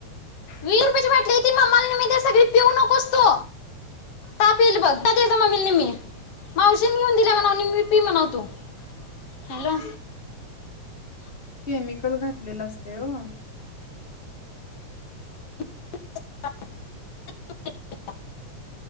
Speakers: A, on the left (about 55°); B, on the left (about 20°).
A: वीस रुपयाची वाटली ये ती मम्माला निम्मी दे सगळी पिऊ नकोस तू ताप येईल बघ जा दे जा मम्मी निम्मी मावशीने घेऊन दिली म्हणावं निम्मी पी म्हनाव तू हॅलो
B: केमिकल घातलेले असतय वो
A: <inaudible>